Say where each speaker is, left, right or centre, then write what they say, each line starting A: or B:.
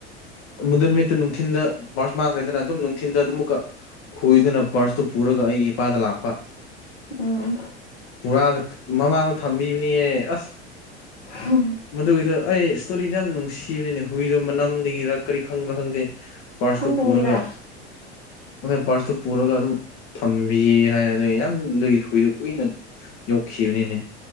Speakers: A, on the left (about 50°); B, on the left (about 80°).
A: ꯃꯗꯨꯟ ꯅꯨꯃꯤꯠꯇꯨ ꯅꯨꯡꯊꯤꯟꯗ ꯃꯥꯔꯁ ꯃꯥꯡꯈ꯭ꯔꯦꯗꯅ ꯑꯗꯨꯝ ꯅꯨꯡꯊꯤꯟꯗ ꯑꯗꯨꯝ ꯑꯃꯛꯀ ꯍꯨꯏꯗꯨꯅ ꯄꯥꯔꯁꯇꯨ ꯄꯨꯔꯒ ꯑꯩ ꯏꯄꯥꯗ ꯂꯥꯛꯄ
B: ꯎꯝ
A: ꯄꯨꯔꯛꯑꯒ ꯃꯃꯥꯡꯗ ꯊꯝꯕꯤꯕꯅꯤꯍꯦ ꯑꯁ
B: ꯍꯝ
A: ꯃꯗꯨꯒꯤꯗꯣ ꯑꯩ ꯏꯁꯇꯣꯔꯤꯗꯣ ꯌꯥꯝ ꯅꯨꯡꯁꯤꯕꯅꯤꯅꯦ ꯍꯨꯏꯗꯣ ꯃꯅꯝꯗꯒꯤꯔ ꯀꯔꯤ ꯈꯪꯕ꯭ꯔꯥ ꯈꯪꯗꯦ ꯄꯥꯔꯠꯁꯇꯨ
B: ꯈꯪꯕꯅꯤꯗ
A: ꯄꯨꯔꯒ ꯅ ꯄꯥꯔꯁꯇꯨ ꯄꯨꯔꯒ ꯑꯗꯨꯝ ꯊꯝꯕꯤ ꯍꯥꯏꯗ ꯌꯥꯝ ꯑꯗꯨꯏ ꯀꯨꯏꯗ ꯀꯨꯏꯅ ꯈꯤꯕꯅꯤꯅꯦ